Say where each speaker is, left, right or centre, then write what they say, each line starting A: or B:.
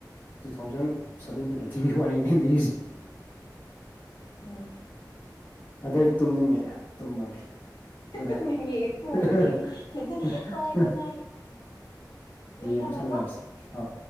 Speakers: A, on the left; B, on the left.
A: ꯇꯨ ꯊꯥꯎꯖꯟ ꯁꯕꯦꯟꯇꯤꯟ ꯑꯦꯠꯇꯤꯟꯒꯤ ꯋꯥꯔꯤꯅꯤ ꯑꯩꯅ ꯂꯤꯔꯤ
B: ꯎꯝ
A: ꯑꯗꯣ ꯑꯩ ꯇꯨꯝꯅꯤꯡꯉꯦ ꯇꯨꯝꯃꯒꯦ ꯒꯨꯠꯅꯥꯏꯠ
B: ꯇꯨꯝꯅꯤꯡꯉꯦ ꯇꯨꯝꯃꯒꯦ
A: <unintelligible>
B: ꯍꯣꯏ ꯒꯨꯗ ꯅꯥꯏꯠ
A: ꯍꯌꯦꯡ
B: ꯎꯝ
A: ꯑꯃꯨꯛ
B: ꯊꯝꯃꯦꯀꯣ
A: ꯁꯥꯟꯅꯔꯁꯤ ꯑꯧ